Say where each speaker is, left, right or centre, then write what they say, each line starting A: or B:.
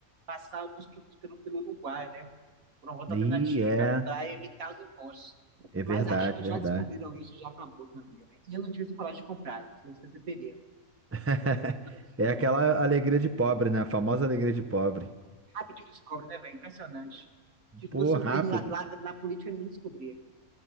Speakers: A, on the right; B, on the right.
A: passar alguns produtos pelo, pelo Uruguai, né, por uma rota
B: E
A: alternativa,
B: é.
A: para evitar os impostos.
B: É
A: Mas
B: verdade,
A: acho que já
B: verdade.
A: descobriram isso, já acabou também, né? E eu não tive essa coragem de comprar, não sei se você teria.
B: <laughs>
A: Não tive.
B: É aquela alegria de pobre, né? A famosa alegria de pobre.
A: Rapidinho descobre, né, velho? Impressionante. Se
B: Pô,
A: fosse um
B: rápido.
A: crime lá, lá na política, ninguém descobria.